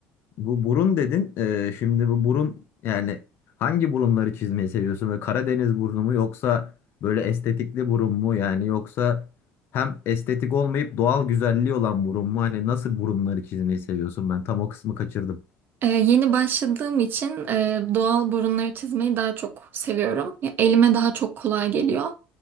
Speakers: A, on the left (about 50°); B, on the right (about 45°).
A: Bu burun dedin. Ee, şimdi bu burun yani hangi burunları çizmeyi seviyorsun? Böyle Karadeniz burnu mu yoksa böyle estetikli burun mu? Yani yoksa hem estetik olmayıp doğal güzelliği olan burun mu? Hani nasıl burunları çizmeyi seviyorsun? Ben tam o kısmı kaçırdım.
B: Ee, yeni başladığım için e, doğal burunları çizmeyi daha çok seviyorum. Ya, elime daha çok kolay geliyor.